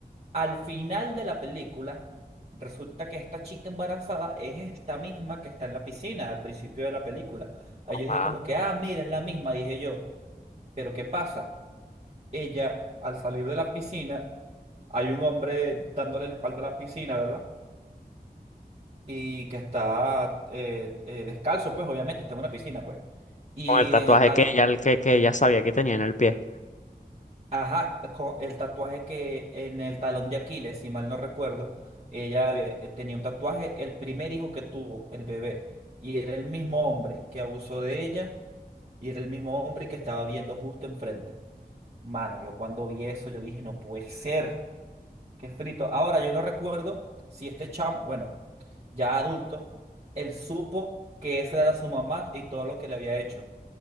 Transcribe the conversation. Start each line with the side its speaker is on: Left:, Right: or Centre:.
Right: Al final de la película, resulta que esta chica embarazada es esta misma que está en la piscina al principio de la película. Ahí yo dije
Left: Ajá.
Right: como que, ah, mira, es la misma, dije yo. Pero ¿qué pasa? Ella, al salir de la piscina, hay un hombre dándole la espalda a la piscina, ¿verdad? Y que está eh, eh, descalzo, pues obviamente, está en una piscina, pues. Y
Left: Con el tatuaje
Right: en el tal,
Left: que ella, que, que ella sabía que tenía en el pie.
Right: ajá, co- el tatuaje que en el talón de Aquiles, si mal no recuerdo, ella había- eh, tenía un tatuaje, el primer hijo que tuvo, el bebé. Y era el mismo hombre que abusó de ella y era el mismo hombre que estaba viendo justo enfrente. Mano, yo cuando vi eso, yo dije, no puede ser. que es frito. Ahora, yo no recuerdo si este chamo, bueno, ya adulto, él supo que esa era su mamá y todo lo que le había hecho.